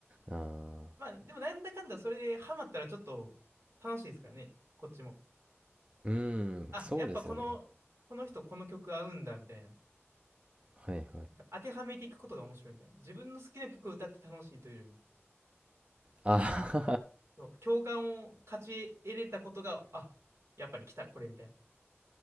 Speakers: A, on the right; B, on the right.
A: ああ
B: まあ、でもなんだかんだそれでハマったらちょっと楽しいですからね、こっちも。
A: うーんそうですよね
B: あ、やっぱこの、この人この曲合うんだ、みたいな。
A: はいはい
B: なんか当てはめていくことが面白いみたいな。自分の好きな曲を歌って楽しいというよりも、
A: あ
B: そう、共感を勝ち得れたことが、あ、やっぱり来た、これみたいな。